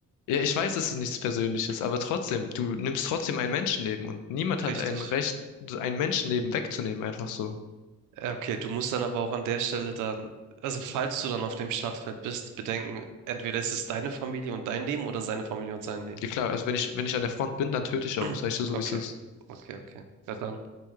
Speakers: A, on the left; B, on the right.
A: ja, ich weiß, es ist nichts Persönliches, aber trotzdem, du nimmst trotzdem ein Menschenleben und niemand hat
B: richtig.
A: ein Recht, ein Menschenleben wegzunehmen, einfach so.
B: Ja, Okay, du musst dann aber auch an der Stelle dann, also falls du dann auf dem Schlachtfeld bist, bedenken, entweder ist es deine Familie und dein Leben oder seine Familie und sein Leben.
A: Ja klar, also wenn ich, wenn ich an der Front bin, dann töte ich
B: <clears throat>
A: auch, sag ich dir so,
B: Okay,
A: wie es ist.
B: okay, okay. Ja, dann